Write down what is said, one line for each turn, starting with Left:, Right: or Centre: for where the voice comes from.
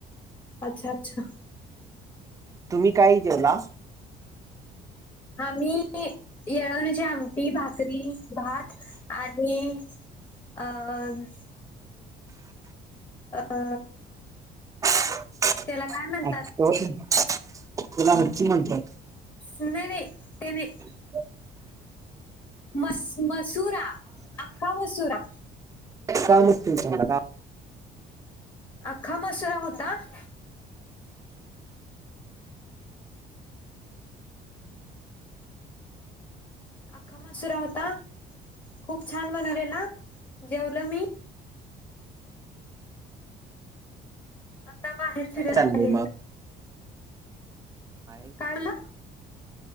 Left: अच्छा अच्छा-
Right: तुम्ही काय जेवला-
Left: आम्ही येळवणीची आमटी, भाकरी, भात आणि- अ- अ
Right: हां- <unintelligible> <unintelligible>
Left: त्याला काय म्हणतात
Right: तुला अर्ची म्हणत्यात. -
Left: नाही नाही ते नाही. -
Right: <unintelligible>
Left: मस मसुरा अख्खा मसुरा
Right: श्रावणी तुमची पण आता
Left: अख्खा मसुरा होता. - अख्खा मसुरा होता, खूप छान बनवलेला जेवलो मी- आत्ता बाहेर फिरायला
Right: चाललंय
Left: आले -
Right: बाहेर
Left: काय
Right: फिरत
Left: बोलला
Right: आहे. -